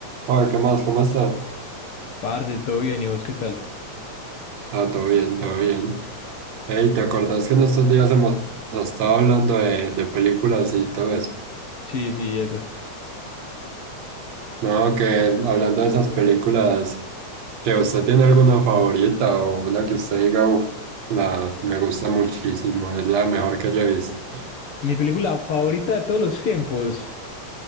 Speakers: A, on the right; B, on the left.
A: Oye, ¿qué más? ¿Cómo está?
B: Parce, todo bien, ¿y vos qué tal?
A: Ah, todo bien, todo bien. Ey, ¿te acordás que en estos días hemos estado hablando de, de películas y todo eso?
B: Sí, sí, eso.
A: No, que hablando de esas películas, que usted tiene alguna favorita o una que usted diga, uff, la me gusta muchísimo, es la mejor que yo he visto.
B: Mi película favorita de todos los tiempos.